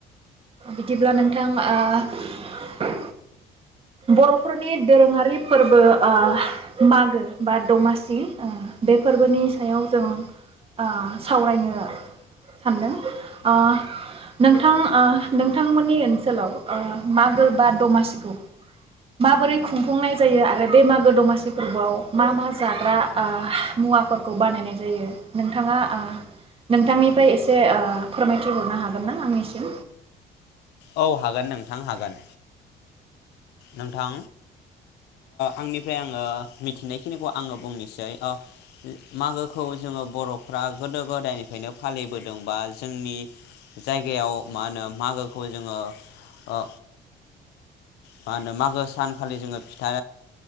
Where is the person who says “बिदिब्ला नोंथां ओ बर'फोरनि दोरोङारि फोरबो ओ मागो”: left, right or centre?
Right